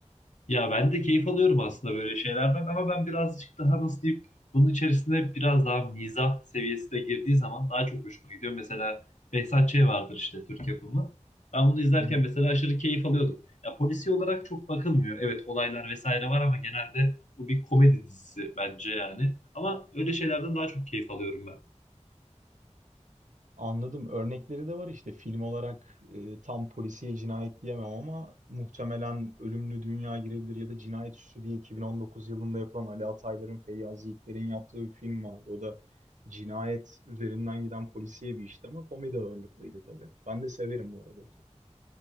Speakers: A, on the left (about 75°); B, on the right (about 90°).
A: Ya ben de keyif alıyorum aslında böyle şeylerden ama ben birazcık daha nasıl diyeyim bunun içerisinde biraz daha mizah seviyesi de girdiği zaman daha çok hoşuma gidiyor. Mesela Behzat Ç. vardır işte Türk yapımı. Ben bunu izlerken
B: <laughs>
A: mesela aşırı keyif alıyordum. Ya polisi olarak çok bakılmıyor. Evet olaylar vesaire var ama genelde bu bir komedi dizisi bence yani. Ama öyle şeylerden daha çok keyif alıyorum ben.
B: Anladım. Örnekleri de var işte film olarak e, tam polisiye cinayet diyemem ama muhtemelen Ölümlü Dünya girebilir ya da Cinayet Süsü diye 2019 yılında yapılan Ali Ataylar'ın, Feyyaz Yiğitler'in yaptığı bir film vardı. O da cinayet üzerinden giden polisiye bir işti ama komedi ağırlıklıydı tabii. Ben de severim bu arada o tür.